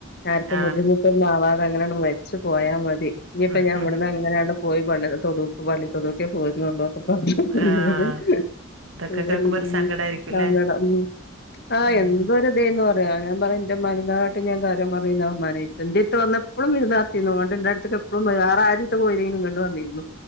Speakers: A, on the left (about 50°); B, on the right (about 70°).
A: ആർക്കും
B: ആ.
A: ബുദ്ധിമു അത് അങ്ങനെങ്ങോട്ട് മരിച്ചു പോയാ മതി
B: ഉം.
A: ഇനിയിപ്പോ ഞാൻ ഇടന്ന് എങ്ങനെ പോയി പള്ളി പള്ളിത്തൊടുക്കെ പോരുന്നുള്ളൂ <unintelligible>
B: ആ. അതൊക്കെ കേൾക്കുമ്പോ ഒരു സങ്കടായിരിക്കുംല്ലേ?
A: സങ്കടം ആഹ
B: ഉം.
A: എന്തൊരു ഇതേന്നു അറിയോ ഞാൻ പറ എന്റെ മനങ്ങാട്ട് ഞാൻ കാര്യം പറയുന്ന ആ ഉമ്മ എന്റട്ത്ത് വന്ന എപ്പഴും വിര്ന്നാർത്തീന്നു. ങ്ങട്ട് ഇന്റട്ത്ത്ക്കെപ്പളും, വേറാരെട്ത് പോയില്ലെങ്കിലും ഇങ്ങട്ട് വന്നീനു.